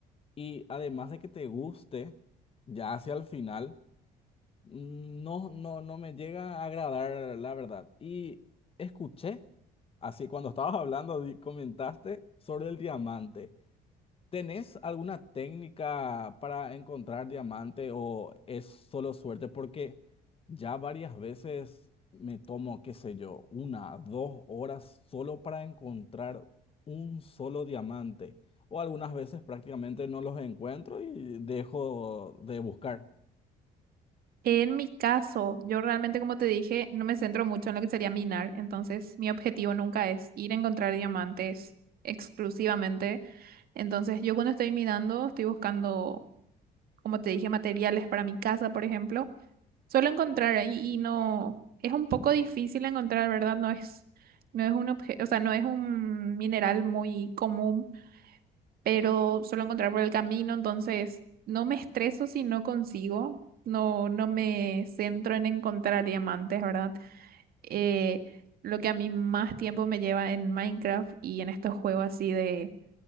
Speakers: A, on the left; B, on the right.
A: Y además de que te guste, ya hacia el final, no, no, no me llega a agradar, la verdad. Y escuché, así cuando estabas hablando, di- comentaste sobre el diamante. ¿Tenés alguna técnica para encontrar diamante o es solo suerte? Porque ya varias veces me tomo, qué sé yo, una, dos horas solo para encontrar un solo diamante. O algunas veces prácticamente no los encuentro y dejo de buscar.
B: En mi caso, yo realmente, como te dije, no me centro mucho en lo que sería minar. Entonces, mi objetivo nunca es ir a encontrar diamantes exclusivamente. Entonces, yo cuando estoy minando, estoy buscando. como te dije, materiales para mi casa, por ejemplo, suelo encontrar ahí y no, es un poco difícil encontrar, ¿verdad? No es, no es un objeto, o sea, no es un mineral muy común, pero suelo encontrar por el camino, entonces no me estreso si no consigo, no, no me centro en encontrar diamantes, ¿verdad? Eh, lo que a mí más tiempo me lleva en Minecraft y en estos juegos así de